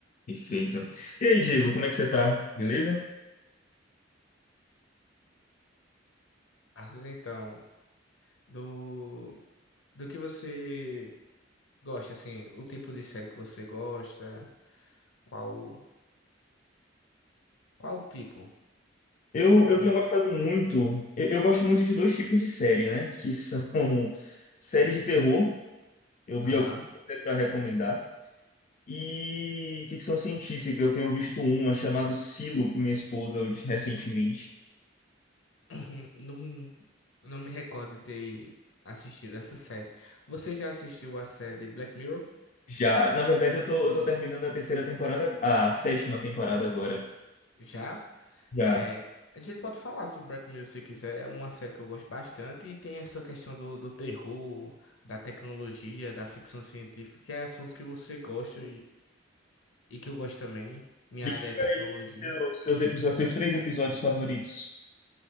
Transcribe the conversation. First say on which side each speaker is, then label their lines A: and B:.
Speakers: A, on the left (about 40°); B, on the left (about 70°).
A: Perfeito. E aí, Diego, como é que você tá? Beleza?
B: Marcos, então, do, do que você gosta, assim, o tipo de série que você gosta, qual, qual tipo?
A: Eu, eu
B: Hum.
A: tenho gostado muito. Eu, eu gosto muito de dois tipos de série, né? Que são <laughs> séries de terror. Eu vi
B: Aham.
A: algumas até pra recomendar. E ficção científica. Eu tenho visto uma chamada Silo com minha esposa recentemente.
B: <clears throat> Não, não me recordo de ter assistido essa série. Você já assistiu a série Black Mirror?
A: Já, na verdade, eu tô, eu tô terminando a terceira temporada, a sétima temporada agora.
B: Já?
A: Já.
B: É, a gente pode falar sobre Black Mirror se quiser, é uma série que eu gosto bastante e tem essa questão do, do terror, da tecnologia, da ficção científica, que é assunto que você gosta e que eu gosto também. Minha
A: Me
B: área
A: diga
B: é tecnologia.
A: aí seu- seus episódios, seus três episódios favoritos.